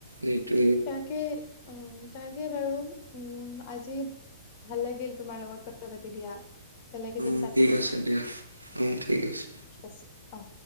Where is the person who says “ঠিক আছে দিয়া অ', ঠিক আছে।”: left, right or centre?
Right